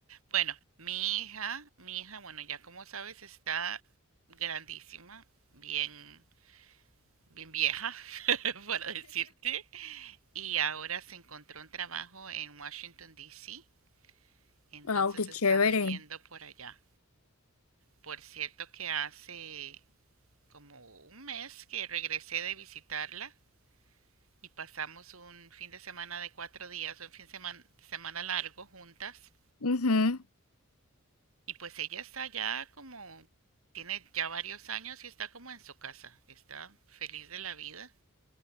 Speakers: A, on the right; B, on the left.
A: Bueno, mi hija, mi hija, bueno, ya como sabes, está grandísima, bien bien vieja, <laughs> para decirte, y ahora se encontró un trabajo en Washington, D.C., entonces
B: Wow, qué
A: está
B: chévere.
A: viviendo por allá. Por cierto que hace como un mes que regresé de visitarla y pasamos un fin de semana de cuatro días, un fin de semana, semana largo juntas.
B: Ujú.
A: Y pues ella está ya como, tiene ya varios años y está como en su casa, está feliz de la vida.